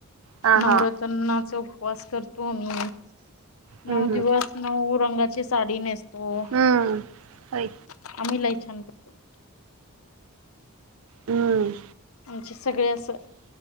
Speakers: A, on the right; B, on the left.
A: हा
B: नवरात्रीचा
A: हा
B: उपवास कर तो आम्ही
A: हम्म
B: नऊ दिवस नऊ रंगाची साडी नेसतो तो
A: हम्म हम्म होय
B: आम्ही लय छान करतो.
A: हम्म.
B: आमचे सगळे असं